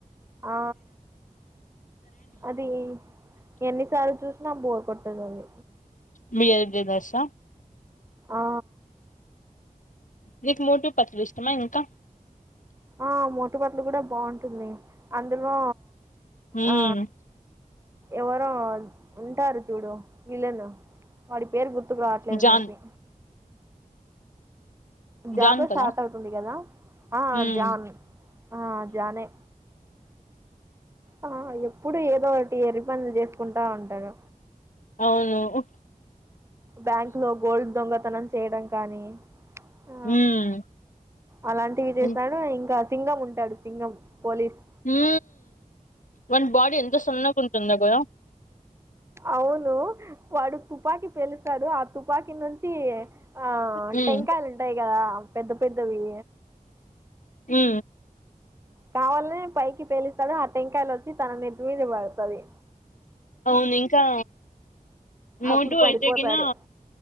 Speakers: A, on the right (about 20°); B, on the left (about 65°).
A: ఆ అది ఎన్నిసార్లు చుసి. నాకు బోర్ కొట్టలేదు.
B: మీ ఎ దష.
A: ఆ.
B: నీకు, మొటు పత్లు ఇష్టమా, ఇంకా.
A: ఆ మొటుపత్లు కూడా, బాటుంది. అందులో.
B: ఉమ్
A: ఆ. ఎవరో ఉంటారు చూడు విలన్ వాడి పేరు గుర్తు గుర్తుకు రావట్లేదు
B: జాన్
A: నాకి జాతర
B: జాన్ కదా
A: స్టార్ట్ అవుతుంది కదా ఆ
B: హ్మ్
A: జాన్ ఆ జానే ఆ ఎప్పుడు ఏదో ఒకటి ఎర్రిపనులు చేసుకుంటా ఉంటాడు.
B: అవును హు
A: బ్యాంక్ లో గోల్డ్ దొంగతనం చేయడం కానీ ఆ
B: హ్మ్
A: అలాంటివి చేసాడు
B: హ్మ్
A: ఇంకా సింగం ఉంటాడు సింగం పోలీస్
B: హు వాని బాడి ఎంత సన్నగా ఉంట తుందో కదా
A: అవును వాడు తుపాకీ పేలుస్తాడు ఆ తుపాకీ నుంచి ఆ
B: హ్మ్
A: టెంకాయలు ఉంటాయి గదా పెద్ద పెద్దవీ
B: హు
A: కావాలనే పైకి తేలిస్తాడు ఆ టెంకాయలు వచ్చి తన నెత్తి మీద పడతది.
B: అవును ఇంకా మోటు
A: అప్పుడు పడిపోతాడు
B: అయితే గీన